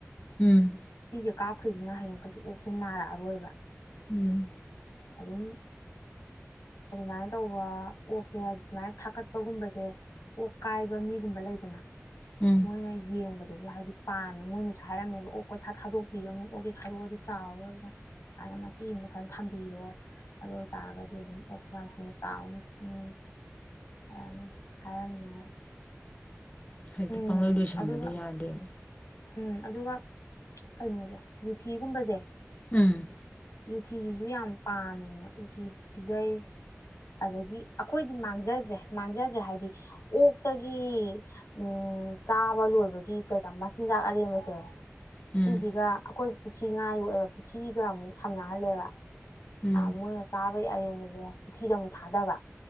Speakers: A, on the left; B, on the left.
A: ꯎꯝ
B: ꯁꯤꯁꯦ ꯀꯥꯞꯈ꯭ꯔꯤꯁꯤꯅ ꯍꯌꯦꯡ ꯀꯩꯁꯨ ꯑꯣꯛꯁꯦ ꯅꯥꯔꯛꯑꯔꯣꯏꯕ
A: ꯎꯝ
B: ꯑꯗꯨꯝ ꯑꯗꯨꯃꯥꯏꯅ ꯇꯧꯕ ꯑꯣꯛꯁꯦ ꯑꯗꯨ ꯑꯗꯨꯃꯥꯏꯅ ꯊꯥꯀꯠꯄꯒꯨꯝꯕꯁꯦ ꯑꯣꯛ ꯀꯥꯏꯕ ꯃꯤꯒꯨꯝꯕ ꯂꯩꯗꯅ
A: ꯎꯝ
B: ꯃꯣꯏꯅ ꯌꯦꯡꯕ ꯑꯗꯨꯁꯨ ꯍꯥꯏꯗꯤ ꯄꯥꯝꯃꯦ ꯃꯣꯏꯅꯁꯨ ꯍꯥꯏꯔꯝꯃꯦꯕ ꯑꯣꯛ ꯀꯩꯊꯥ ꯊꯥꯗꯣꯛꯄꯤꯔꯅꯨ ꯑꯣꯛꯒꯤ ꯊꯥꯗꯣꯛꯑꯗꯤ ꯆꯥꯎꯔꯣꯏ ꯑꯗꯨꯅ ꯁꯨꯃꯥꯏꯅ ꯃꯇꯆꯦ ꯑꯃꯗ ꯐꯖꯅ ꯊꯝꯕꯤꯔꯣ ꯑꯗꯨ ꯑꯣꯏꯇꯥꯔꯒꯗꯤ ꯑꯗꯨꯝ ꯑꯣꯀꯁꯤ ꯌꯥꯝ ꯊꯨ ꯆꯥꯎꯅꯤ ꯈꯣꯠꯅꯤ ꯑꯗꯨꯃꯅ ꯍꯥꯏꯔꯝꯃꯦ
A: ꯍꯥꯏꯗꯤ
B: ꯎꯝ
A: ꯄꯥꯡꯂꯣꯌ ꯂꯣꯏꯁꯟꯕꯗꯤ
B: ꯑꯗꯨꯒ
A: ꯌꯥꯗꯦꯕ
B: ꯎꯝ ꯑꯗꯨꯒ ꯀꯩꯅꯣꯁꯦ ꯌꯨꯊꯤꯒꯨꯝꯕꯁꯦ
A: ꯎꯝ
B: ꯌꯨꯊꯤꯁꯤꯁꯨ ꯌꯥꯝ ꯄꯥꯝꯃꯦꯅ ꯌꯨꯊꯤ ꯄꯤꯖꯩ ꯑꯗꯒꯤ ꯑꯈꯣꯏꯗꯤ ꯃꯥꯡꯖꯗ꯭ꯔꯦ ꯃꯥꯡꯖꯗ꯭ꯔꯦ ꯍꯥꯏꯗꯤ ꯑꯣꯛꯇꯒꯤ ꯎꯝ ꯆꯥꯕ ꯂꯣꯏꯕꯒꯤ ꯀꯩꯀꯥ ꯃꯆꯤꯟꯖꯥꯛ ꯑꯔꯦꯝꯕꯁꯦ
A: ꯎꯝ
B: ꯁꯤꯁꯤꯒ ꯑꯈꯣꯏ ꯄꯨꯈꯤ ꯉꯥꯏꯌꯣꯛꯑꯦꯕ ꯄꯨꯈꯤꯒ ꯑꯃꯨꯛ ꯁꯝꯅꯍꯜꯂꯦꯕ
A: ꯎꯝ
B: ꯑꯥ ꯃꯣꯏꯅ ꯆꯥꯞ ꯈꯣꯏ ꯑꯔꯦꯝꯕꯖꯦ ꯄꯨꯈꯤꯗ ꯑꯃꯨꯛ ꯊꯥꯗꯕ